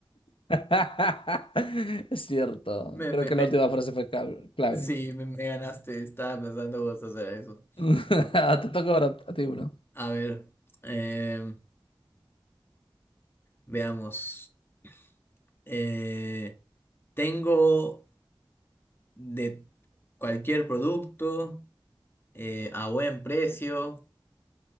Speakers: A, on the left (about 75°); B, on the left (about 25°).
A: <laughs> Es cierto.
B: Me,
A: Creo
B: me,
A: que
B: me,
A: la última frase fue cal- clave.
B: sí, me, me ganaste. Estaba pensando vos hacer eso.
A: <laughs> Te toca ahora a ti uno.
B: A ver, eh, veamos. Eh, tengo de cualquier producto eh, a buen precio.